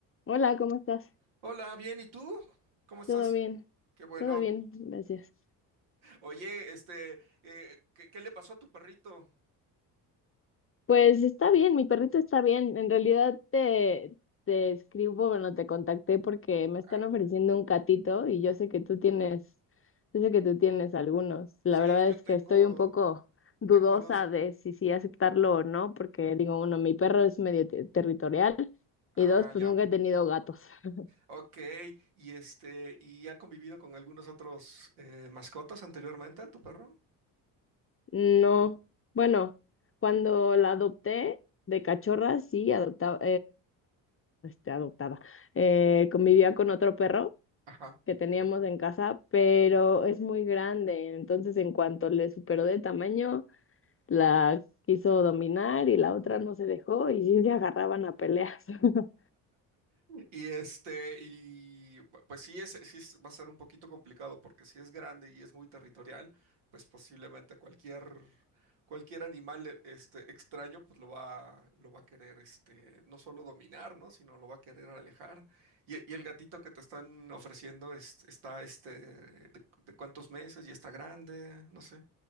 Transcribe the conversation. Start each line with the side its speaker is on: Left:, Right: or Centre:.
Left: Hola, ¿cómo estás?
Right: Hola, bien, ¿y tú? ¿Cómo estás?
Left: ¿Todo bien?
Right: Qué bueno.
Left: Todo bien, gracias.
Right: Oye, este, eh, ¿qué, qué le pasó a tu perrito?
Left: Pues está bien, mi perrito está bien. En realidad te, te escribo, bueno, te contacté porque me están
Right: Ah,
Left: ofreciendo
Right: dime.
Left: un catito y yo sé que tú tienes, yo sé que tú tienes algunos. La
Right: Sí,
Left: verdad
Right: yo
Left: es
Right: tengo,
Left: que estoy un poco dudosa
Right: tengo dos.
Left: de si sí aceptarlo o no, porque digo, uno, mi perro es medio te- territorial
Right: Ah,
Left: y dos, pues
Right: ya.
Left: nunca he tenido gatos. <laughs>
Right: Ok. Y este, ¿y ha convivido con algunos otros eh, mascotas anteriormente, tu perro?
Left: No, bueno, cuando la adopté de cachorra, sí, adoptaba. este, adoptada, eh, convivía con otro perro
Right: Ajá.
Left: que teníamos en casa, pero es muy grande, entonces en cuanto le superó de tamaño, la quiso dominar y la otra no se dejó y sí se agarraban a peleas. <laughs>
Right: Y este, y bu- pues sí, es, sí es- va a ser un poquito complicado porque si es grande y es muy territorial, pues posiblemente cualquier, cualquier animal e- este, extraño pues lo va, lo va a querer este, no solo dominar, ¿no? Sino lo va a querer alejar. Y, y el gatito que te están ofreciendo es- está este, de, de cuántos meses y está grande, no sé.